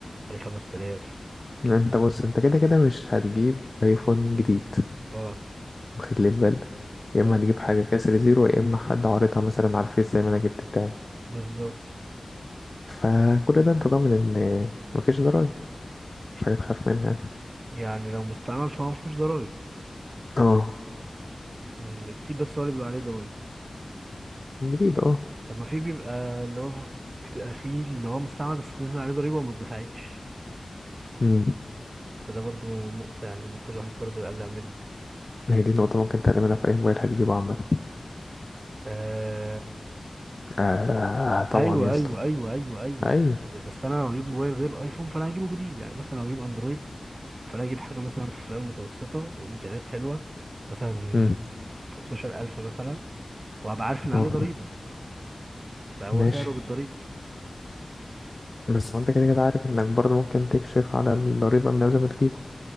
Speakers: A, on the right; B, on the left.
A: عليه 5000
B: انت بص انت كده كده مش هتجيب ايفون جديد
A: اه
B: واخد لي البال ده يا
A: اه
B: اما هتجيب حاجه كسر زيرو يا اما حد عارضها مثلا على الفيس زي ما انا جبت بتاعي
A: بالظبط
B: فكل ده انت ضامن ان مفيش ضرايب مش حاجه تخاف منها
A: يعني لو مستعمل فهو مفيهوش ضرايب
B: اه
A: مم، جديد بس هو اللي بيبقى عليه ضرايب
B: جديد اه
A: طب ما في بيبقى اللي هو بيبقى في اللي هو مستعمل بس نزل عليه ضريبة وما اتدفعتش
B: امم
A: فده برضو نقطة يعني ممكن الواحد برضو يقلق منها
B: هي دي نقطه ممكن تعملها في اي موبايل هتجيبه عامه
A: آه...
B: آه طبعا
A: أيوة
B: يا اسطى
A: أيوة أيوة أيوة أيوة
B: ايوه
A: بس بس أنا لو هجيب موبايل غير أيفون فأنا هجيبه جديد يعني مثلا لو هجيب أندرويد فأنا هجيب حاجة مثلا في فئة متوسطة وإمكانيات حلوة مثلا
B: امم
A: 12000 مثلا وهبقى عارف إن عليه
B: اه
A: ضريبة فهو
B: ماشي
A: سعره بالضريبة
B: بس ما انت كده كده عارف انك برضه ممكن تكشف على الضريبه من قبل ما تجيبه